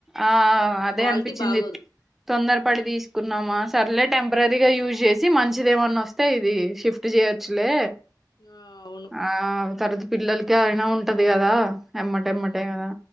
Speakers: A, in the centre; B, on the left.
A: ఆ అదే
B: క్వాలిటీ
A: అనిపించింది
B: బాగోదు.
A: తొందరపడి తీసుకున్నామా సర్లే టెంపరీగా యూజ్ చేసి మంచిదేమన్నా వస్తే ఇది షిఫ్ట్ చేయొచ్చులే
B: ఆ అవును.
A: ఆ! తర్వాత పిల్లలకి అయినా ఉంటది కదా. ఎమ్మట
B: మ్మ్
A: ఎమ్మటే అదా